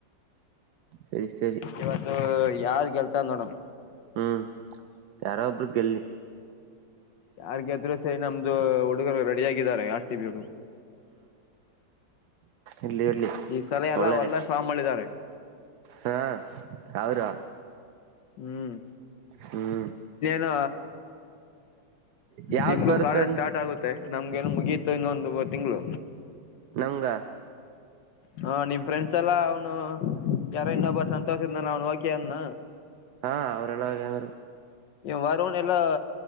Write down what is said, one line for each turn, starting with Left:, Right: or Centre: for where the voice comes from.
Right: ಸರಿ ಸರಿ
Left: ಇವತ್ತು ಯಾರ ಗೆಲ್ತಾ ನೋಡಮ
Right: ಹ್ಮ್ ಯಾರೋ ಒಬ್ರು ಗೆಲ್ಲಿ
Left: ಯಾರ್ ಗೆದ್ರು ಸ ನಮ್ದು ಹುಡುಗರು ರೆಡಿಯಗಿದರೆ ಯಾರ್ತೀವಿ ಹುಡುಗರು
Right: ಇಲ್ಲಿ ಇರ್ಲಿ
Left: ಈ ಸಲ ಎಲ್ಲ
Right: ಒಳ್ಳೆದ
Left: ಒಳ್ಳೆ ಫಾರ್ಮಲ್ಲಿದ್ದಾರೆ
Right: ಹಾ ಅವ್ರ
Left: ಹ್ಮ್
Right: ಹ್ಮ್
Left: ಹ
Right: ಯಾವ್ದ್
Left: ನಿಮ್ಗೂ
Right: ಬರುತ್ತಂತ
Left: ಕಾಳ ಸ್ಟಾರ್ಟ್ ಆಗುತ್ತೆ ನಮ್ಗೆ ಮುಗಿಯತ ಇನ್ನೊಂದು ತಿಂಗಳು
Right: ನಂಗ
Left: ಹಾ ನಿಮ್ ಫ್ರೆಂಡ್ಸ್ ಎಲ್ಲಾ ಅವ್ನು ಯಾರೋ ಇನ್ನೊಬ್ಬ ಸಂತೋಷ ಇದನಾನ ಅವ್ನು ಓಕಿ ಅನ್ನ
Right: ಹಾ ಅವರೆಲ್ಲ ಹೋಗ್ಯಾದ್ರು
Left: ವರೋ ಎಲ್ಲಾ